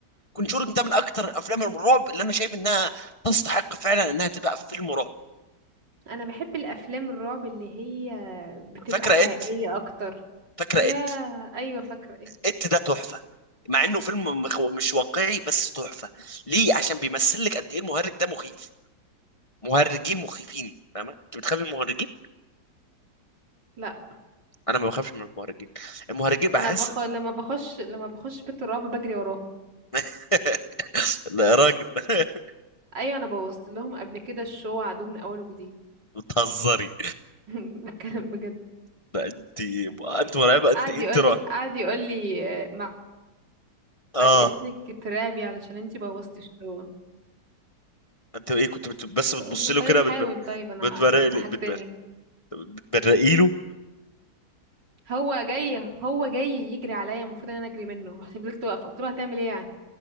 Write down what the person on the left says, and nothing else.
كونجورنج ده من اكتر افلام الرعب اللي انا شايف انها تستحق فعلا انها تبقى في فيلم رعب
فاكره
ات
فاكره
ات
ات ده تحفه مع انه فيلم مخ- مش واقعي بس تحفه ليه عشان بيمثل لك قد ايه المهرج ده مخيف مهرجين مخيفين فاهمه انت بتخافي من المهرجين
انا ما بخافش من المهرجين المهرجين بحس
<laughs> لا يا راجل <laughs>
بتهزري
لا انت انت مرعبه انت
انت
رعب
اه
انت ايه كنت بت... بس بتبص
له
كده
بتب...
بتبرق
لي بتبرق بتبرقي له